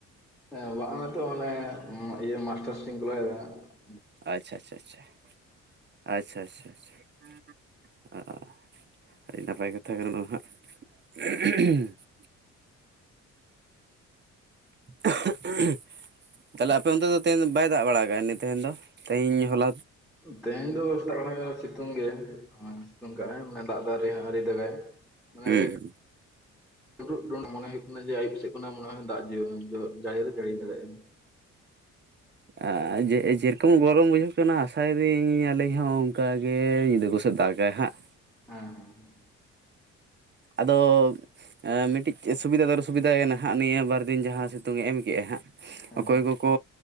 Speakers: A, in the centre; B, on the right.
A: <unintelligible> ᱵᱟᱝ ᱱᱤᱛᱚᱜ ᱚᱱᱮ ᱢᱟᱥᱴᱟᱨᱥ ᱤᱧ ᱠᱚᱨᱟᱣ ᱫᱟ ᱾
B: ᱟᱪᱪᱷᱟ ᱟᱪᱪᱷᱟ ᱟᱪᱪᱷᱟ ᱾ ᱟᱪᱪᱷᱟ ᱟᱪᱪᱷᱟ ᱟᱪᱪᱷᱟ, ᱟᱹᱰᱤ ᱱᱟᱯᱟᱭ ᱠᱟᱛᱷᱟ ᱠᱟᱱᱟ ᱱᱚᱣᱟ ᱦᱟᱸᱜ᱾ <unintelligible> <unintelligible> ᱛᱟᱦᱚᱞᱮ ᱟᱯᱮ ᱚᱱᱛᱮ ᱫᱚ ᱛᱮᱦᱮᱧ ᱫᱚ ᱵᱟᱭ ᱫᱟᱜ ᱵᱟᱲᱟ ᱟᱠᱟᱫᱟᱭ <unintelligible> ᱛᱮᱦᱮᱧ ᱫᱚ ᱛᱮᱦᱮᱧ ᱦᱚᱞᱟ?
A: ᱛᱮᱦᱮᱧ ᱫᱚ ᱥᱮᱛᱟᱜ ᱠᱷᱚᱱᱟᱜ ᱜᱮ ᱥᱤᱛᱩᱝ ᱜᱮ ᱾ ᱥᱤᱛᱩᱝ ᱠᱟᱜᱼᱟᱭ ᱢᱟᱱᱮ ᱫᱟᱜ ᱫᱚ ᱟᱹᱣᱨᱤ ᱫᱟᱜᱟᱭ ᱾ ᱢᱟᱱᱮ
B: ᱦᱩᱸ
A: ᱮᱭ ᱰᱩᱸᱰᱨᱩᱜ ᱰᱩᱸᱰᱨᱩᱜ ᱢᱚᱱᱮ ᱦᱩᱭᱩᱜ ᱠᱟᱱᱟ ᱡᱮ ᱟᱭᱩᱵ ᱥᱮᱫ ᱠᱷᱱᱟᱜ ᱢᱚᱱᱮ ᱦᱚᱭ ᱫᱟᱜ <unintelligible> ᱡᱟᱲᱤᱭᱟᱞᱮ ᱡᱟᱹᱲᱤ ᱫᱟᱲᱮᱭᱟᱜᱼᱟ᱾
B: ᱟ ᱡᱮ ᱮ ᱡᱮᱨᱚᱠᱚᱢ ᱜᱚᱨᱚᱢ ᱵᱩᱡᱷᱟᱹᱜ ᱠᱟᱱᱟ ᱟᱥᱟᱭᱫᱟᱹᱧ ᱟᱞᱤᱧ ᱦᱚᱸ ᱚᱱᱠᱟ ᱜᱮ ᱧᱤᱫᱟᱹ ᱠᱚᱥᱮ ᱫᱟᱜᱟᱭ ᱦᱟᱸᱜ᱾
A: ᱦᱮᱸ᱾
B: ᱟᱫᱚ ᱮᱸ ᱢᱤᱫᱴᱤᱡ ᱪᱮᱫ ᱥᱩᱵᱤᱫᱟ ᱫᱚᱨ ᱥᱩᱵᱤᱫᱷᱟᱭᱮᱱᱟ ᱦᱟᱸᱜ ᱱᱤᱭᱟᱹ ᱵᱟᱨᱫᱤᱱ ᱡᱟᱦᱟᱸ ᱥᱤᱛᱩᱝ ᱮ ᱮᱢ ᱠᱮᱜᱼᱟᱭ ᱦᱟᱸᱜ᱾
A: ᱦᱮᱸ
B: ᱚᱠᱚᱭ ᱠᱚᱠᱚ